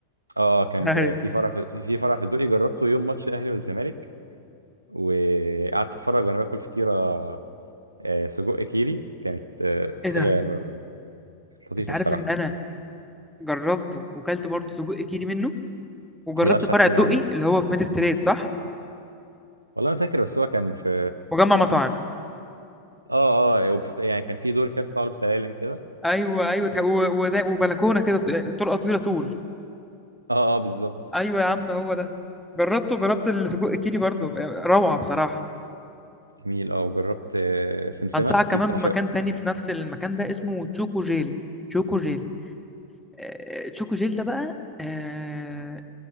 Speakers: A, on the right; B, in the centre.
A: آه، آه، كان
B: <laughs> ايوه
A: في فرع في في في فرع في الدقي جربته يوم ماتش الاهلي والزمالك وقعدت اتفرج وانا باكل فطيره آه سجق كيري كانت آه حاجه
B: ايه ده
A: لطيفه
B: انت عارف
A: بصراحه
B: ان انا جربته وكلت برضه سجق كيري منه وجربت
A: هي اشهر
B: فرع
A: حاجه
B: الدقي
A: عنده
B: اللي هو في ميد ستريت صح
A: والله ما فاكر بس هو كان في
B: مجمع مطاعم
A: اه اه وبس- يعني كان في دور كده بتطلع له بسلالم كده
B: ايوه ايوه تح- و- وده- وبلكونه كده ط- طرقه طويله طول
A: اه اه بالظبط
B: ايوه يا عم هو ده جربته جربت السجق كيري برضه آه، روعه بصراحه
A: جميل اه وجربت آه، سمسمه
B: انصحك
A: في
B: كمان
A: بتاع
B: بمكان
A: شا...
B: تاني في نفس المكان ده اسمه تشوكو جيل تشوكو جيل آه، تشوكو جيل ده بقى آه،